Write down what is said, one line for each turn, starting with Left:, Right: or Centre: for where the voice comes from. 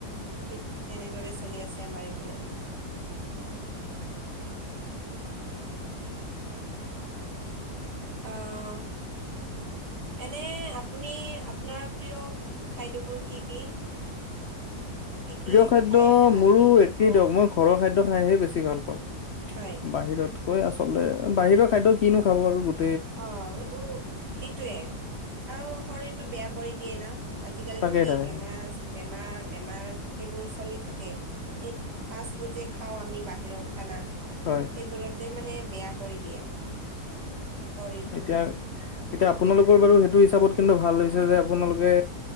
Right: ঠিক তেনেদৰে চলি আছে আমাৰ এইফালে। আহ এনে আপুনি আপোনাৰ প্ৰিয় খাদ্যবোৰ কি কি? কি কি
Left: প্ৰিয় খাদ্য
Right: খাই ভাল
Left: মোৰো একেই
Right: হোৱা
Left: দিয়ক মই ঘৰৰ খাদ্য খাইহে বেছি ভাল পাওঁ
Right: হয়
Left: বাহিৰতকৈ আচলতে বাহিৰৰ খাদ্য কিনো খাব আৰু গ
Right: অ এই সেইটোৱে আৰু শৰীৰটো বেয়া কৰি দিয়ে না। আজিকালিটো
Left: তাকে
Right: কি
Left: তাকে
Right: বেমাৰ বেমাৰ বেমাৰ সেইবোৰ চলিত থাকে এই ফাষ্টফুড যে খাওঁ আমি বাহিৰৰ খানা সেইবোৰতে
Left: হয়
Right: মানে বেয়া কৰি দিয়ে। শৰীৰটো
Left: এতিয়া এতিয়া আপোনালোকৰ বাৰু সেইটো হিচাপত কিন্তু ভাল হৈছে যে আপোনালোকে